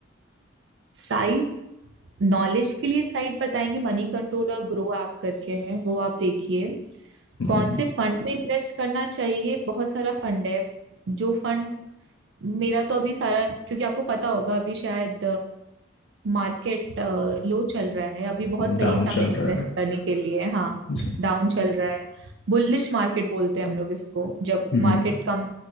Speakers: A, on the right; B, on the left.
A: साइट नॉलेज के लिए साइट बताएंगे मनी कंट्रोल और ग्रो ऐप करके है वो आप देखिए
B: हम्म
A: कौन से फंड में इन्वेस्ट करना चाहिए बहुत सारा फंड है जो फंड मेरा तो अभी सारा क्योंकि आपको पता होगा अभी शायद मार्केट लो चल रहा है अभी बहुत सही
B: डाउन
A: समय
B: चल रहा
A: इन्वेस्ट
B: है अभी
A: करने के लिए हाँ
B: जी
A: डाउन चल रहा है बुलिश मार्केट बोलते हैं हम लोग इसको जब
B: हम्म
A: मार्केट कम